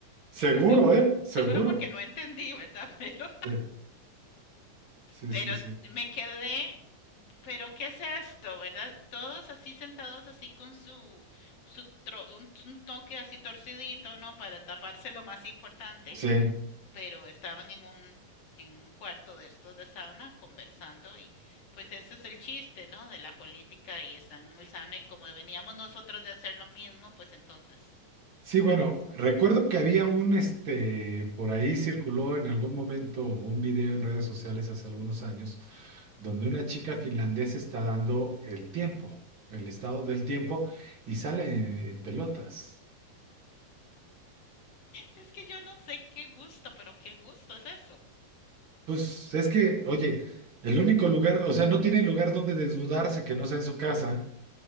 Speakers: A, on the right; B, on the left.
A: Seguro,
B: seguro,
A: ¿eh? Seguro.
B: seguro porque no entendí, ¿verdad? <laughs> Pero,
A: Sí, sí,
B: pero
A: sí, sí.
B: me quedé, pero ¿qué es esto, verdad? Todos así sentados así con su, su tro, un, un toque así torcidito, ¿no? Para taparse lo más importante.
A: Sí.
B: pero estaban en un, en un cuarto de estos de sauna conversando y pues ese es el chiste, ¿no? De la política y están en el sauna y como veníamos nosotros de hacer lo mismo, pues entonces...
A: Sí, bueno, recuerdo que había un, este, por ahí circuló en algún momento un video en redes sociales hace algunos años, donde una chica finlandesa está dando el tiempo, el
B: mm,
A: estado del tiempo, y sale en, en pelotas.
B: Es que yo no sé qué gusto, pero qué gusto es eso.
A: Pues es que, oye, el único lugar, o sea, no tiene lugar donde desnudarse que no sea en su casa,